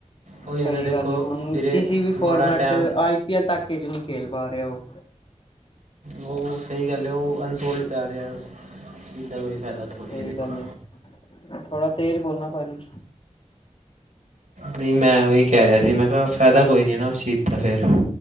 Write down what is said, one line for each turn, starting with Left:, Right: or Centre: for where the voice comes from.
Right: ਉਹੀ
Left: ਸਹੀ
Right: ਹੁੰਦਾ ਦੇਖੋ
Left: ਗੱਲ ਐ, ਹੁਣ
Right: ਵੀਰੇ
Left: ਓ ਕਿਸੇ ਵੀ ਫੋਰਮੈਟ
Right: ਮਾੜਾ ਟਾਈਮ
Left: ਤੇ, ਆਈ ਪੀ ਐਲ ਤੱਕ ਚ ਨਹੀਂ ਖੇਲ ਪਾ ਰਿਆ ਉਹ।
Right: ਉਹ ਸਹੀ ਗੱਲ ਹੈ ਉਹ ਅਨਸੋਲਡ ਜਾ ਰਿਹਾ ਇਹਦਾਂ ਕੋਈ। ਫਾਇਦਾ ਥੋੜ੍ਹੀ
Left: ਸਹੀ
Right: ਦੇਖੋ
Left: ਗੱਲ ਹੈ ਥੋੜਾ ਤੇਜ਼ ਬੋਲਣਾ ਭਾਜੀ।
Right: ਨਹੀਂ ਮੈਂ ਉਹੀ ਕਹਿ ਰਿਹਾ ਸੀ ਮੈਂ ਕਿਹਾ ਫਾਇਦਾ ਕੋਈ ਨਹੀਂ ਨਾ ਉਸ ਚੀਜ ਦਾ ਫੇਰ।